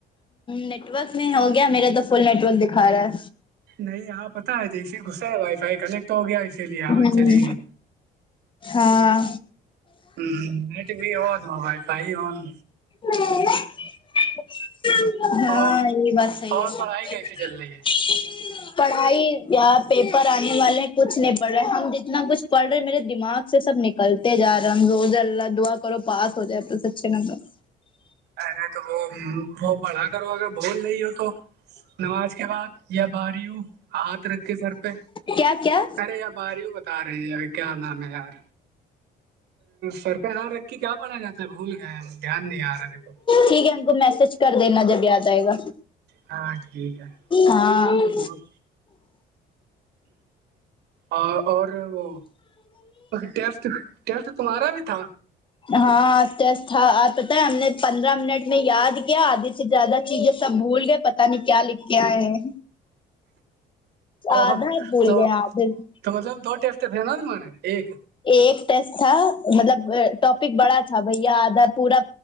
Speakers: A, on the left; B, on the right.
A: نیٹ ورک میں ہو گیا میرا تو فل نیٹ ورک دکھا رہا ہے
B: نہیں آاں پتہ ہے جیسے گغسہ ہے وائی فائی کنیکٹ ہو گیا اسی لیے آواز
A: ہوں
B: چلی گئی
A: ہاں
B: <unintelligible> ہ نٹ بھی ہو ہو بھائی پائی ہو <unintelligible>
A: ہاں <unintelligible> ہاں
B: اور
A: یہ بات صی
B: اور
A: ہے
B: پڑھائی
A: <unintelligible>
B: کیسی چل رہی ہے
A: پڑھائی یا پیپر آنے والے کچھ نہیں پڑ رہے ہم جتنا کچھ پڑھ رہے میرے دماغ سے سب نکلتے جا رہا ہ روز اللہ دعا کرو پاس ہو جائے تو اچھے نمبر <unintelligible>
B: ارے تو وہ وہ پڑھا کرو اگر بول رہی ہو تو نماز کے بعد یا باری ہوں ہاتھ رکھ کے سر پہ
A: کیا کیا
B: ارے آپ باریوں بتا رہی ہے کیا نام ہے یار سر پ یہاں رکھ کے کیا پڑا جاتا ہے بھول گئے ہم دھیان نہیں آ رہا <unintelligible>
A: ٹھیک ہم کو میسج کر دینا جب یاد آئے گا
B: ہاں ٹھیک ہے
A: ہاں
B: اور اور اور وہ ٹیٹ ٹیسٹ تمہارا بھی تھا
A: ہاں ا تھا اور پت ہے ہم نے پندرہ منٹ میں یاد کیا آدھی سے زیادہ چیزیں سب بھول گئے پتا نہیں کیا لکھ کے آئے ہیں
B: اور
A: آدھا بول
B: تو
A: گئے آدے <unintelligible>
B: تو مطلب دو ٹیسٹ تھے نا تمہارے ایک
A: ایک ٹیسٹ تھا مطلب ٹاپک بڑا اچھا بھیا آدھا پورا